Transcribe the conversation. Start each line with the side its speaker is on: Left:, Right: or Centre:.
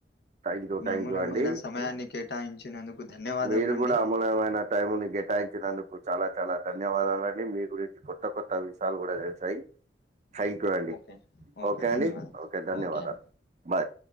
Right: థాంక్యూ.
Left: మీ
Right: థాంక్యూ
Left: అమూలమైన
Right: అండి.
Left: సమయాన్ని కేటాయించినందుకు, ధన్యవాదములండి
Right: మీరు కూడా అమూలమైన, టైం ని కేటాయించినందుకు చాలా చాలా ధన్యవాదాలండి మీ గురించి కొత్త కొత్త విషయాలు కూడా తెలుసాయి. థ్యాంక్ యూ అండి
Left: ఓకే
Right: ఓకే అండి
Left: ధన్యవాదం
Right: ఓకే ధన్యవాదాలు
Left: అండి
Right: బాయ్,